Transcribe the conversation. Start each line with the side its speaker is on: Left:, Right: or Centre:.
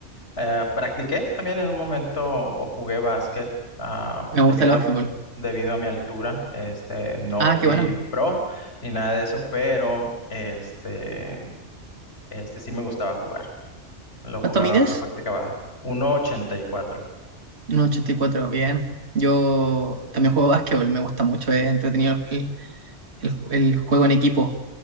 Left: eh, practiqué también en un momento o jugué básquet ah,
Right: Me gusta
Left: debido
Right: el básquetbol.
Left: a, debido a mi altura. Este, no
Right: Ah,
Left: fui
Right: qué bueno.
Left: pro ni nada de eso, pero este, este sí me gustaba jugar. Lo
Right: ¿Cuánto
Left: jugaba,
Right: mides?
Left: lo practicaba. 1.84.
Right: 1,84, bien. Yo también juego básquetbol, me gusta mucho, es entretenido el, el- el juego en equipo,